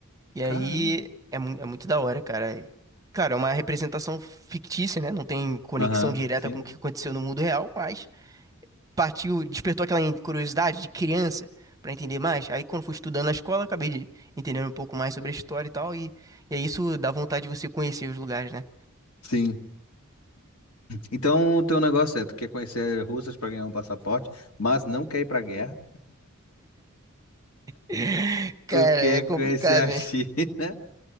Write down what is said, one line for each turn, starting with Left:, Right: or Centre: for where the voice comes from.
Right: E
Left: Caramba.
Right: aí é, mu- é muito da hora, cara. E, Cara, é uma representação fictícia, né? Não tem conexão
Left: Aham,
Right: direta
Left: sim.
Right: com o que aconteceu no mundo real, mas partiu, despertou aquela curiosidade de criança para entender mais. Aí quando fui estudando na escola, acabei de entender um pouco mais sobre a história e tal, e, e aí isso dá vontade de você conhecer os lugares, né?
Left: Sim. Então o teu negócio é, tu quer conhecer russas pra ganhar um passaporte, mas não quer ir pra guerra.
Right: <laughs>
Left: Tu
Right: Cara,
Left: quer
Right: é complicado,
Left: conhecer a
Right: né?
Left: <laughs> China.